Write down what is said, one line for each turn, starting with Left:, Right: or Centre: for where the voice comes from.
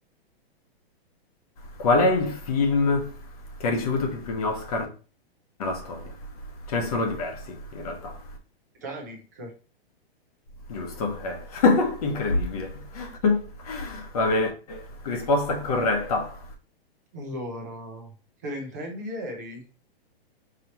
Left: Qual è il film che ha ricevuto più premi Oscar nella storia? Ce ne sono diversi, in realtà.
Right: Titanic.
Left: Giusto? Eh. <laughs> Incredibile. <laughs> Va bene, risposta corretta.
Right: Allora, te ne intendi ieri?